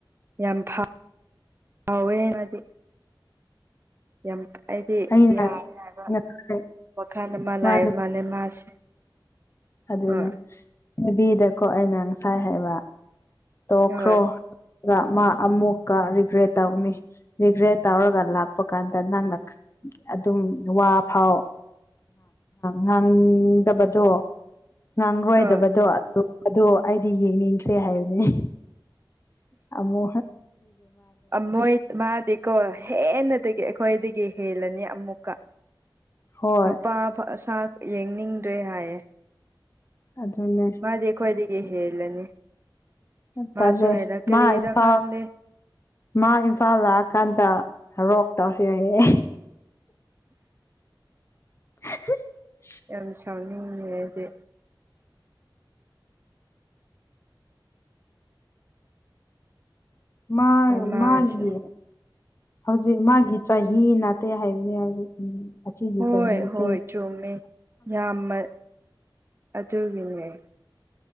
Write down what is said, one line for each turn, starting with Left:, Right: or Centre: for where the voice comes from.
Right: ꯌꯥꯝ ꯐ ꯍꯥꯎꯋꯦꯅꯗꯤ ꯌꯥꯝ ꯑꯩꯗꯤ
Left: ꯑꯩꯅ
Right: ꯌꯥꯔꯦ ꯍꯥꯏꯕ
Left: ꯉꯁꯥꯏ
Right: ꯋꯥꯈꯜ ꯑꯃ ꯂꯥꯛꯑꯕ
Left: ꯃꯥ
Right: ꯃꯥꯜꯂꯦ ꯃꯥꯁꯦ
Left: ꯑꯗꯨꯅꯦ
Right: ꯍꯣꯏ
Left: ꯅꯨꯕꯤꯗꯀꯣ ꯑꯩꯅ ꯉꯁꯥꯏ ꯍꯥꯏꯕ ꯇꯣꯈ꯭ꯔꯣ꯭ꯔ
Right: ꯍꯣꯏ
Left: ꯃꯥ ꯑꯃꯨꯛꯀ ꯔꯤꯒ꯭ꯔꯦꯠ ꯇꯧꯅꯤ ꯔꯤꯒ꯭ꯔꯦꯠ ꯇꯧꯔꯒ ꯂꯥꯛꯄ ꯀꯥꯟꯗ ꯅꯪꯅ ꯑꯗꯨꯝ ꯋꯥ ꯐꯥꯎ ꯉꯥꯡꯗꯕꯗꯣ ꯉꯥꯡꯔꯣꯏꯗꯕꯗꯣ
Right: ꯍꯣꯏ
Left: ꯑꯗꯨꯗꯣ ꯑꯩꯗꯤ ꯌꯦꯡꯅꯤꯡꯈ꯭ꯔꯦ ꯍꯥꯏꯕꯅꯤ ꯑꯃꯣ
Right: ꯃꯣꯏ ꯃꯥꯗꯤꯀꯣ ꯍꯦꯟꯅꯗꯒꯤ ꯑꯩꯈꯣꯏꯗꯒꯤ ꯍꯦꯜꯂꯅꯤ ꯑꯃꯨꯛꯀ
Left: ꯍꯣꯏ
Right: ꯅꯨꯄꯥ ꯑꯁꯥ ꯌꯦꯡꯅꯤꯡꯗ꯭ꯔꯦ ꯍꯥꯏꯌꯦ
Left: ꯑꯗꯨꯗꯅꯦ
Right: ꯃꯥꯗꯤ ꯑꯩꯈꯣꯏꯗꯒꯤ ꯍꯦꯜꯂꯅꯤ ꯃꯥꯁꯨ
Left: ꯇꯜꯦ ꯗꯦ
Right: ꯍꯥꯏꯔ ꯀꯔꯤꯔ
Left: ꯃꯥ ꯏ ꯄꯥꯎ
Right: ꯈꯪꯗꯦ
Left: ꯃꯥ ꯏꯝꯐꯥꯜ ꯂꯥꯛꯑꯀꯥꯟꯗ ꯔꯣꯛ ꯇꯧꯁꯤ ꯌꯥꯏꯌꯦ <inaudible>
Right: ꯌꯥꯝ ꯁꯥꯎꯅꯤꯅꯦꯗꯤ
Left: ꯃꯥ
Right: ꯃꯥꯁꯦ
Left: ꯃꯥꯒꯤꯦ ꯍꯧꯖꯤꯛ ꯃꯥꯒꯤ ꯆꯍꯤ ꯅꯥꯠꯇꯦ ꯍꯥꯏꯕꯅꯤ ꯍꯧꯖꯤꯛ ꯑꯁꯤꯒꯤ
Right: ꯍꯣꯏ
Left: ꯆꯍꯤꯁꯦ
Right: ꯍꯣꯏ ꯆꯨꯝꯃꯦ ꯌꯥꯝꯃ ꯑꯗꯨꯒꯤꯉꯏ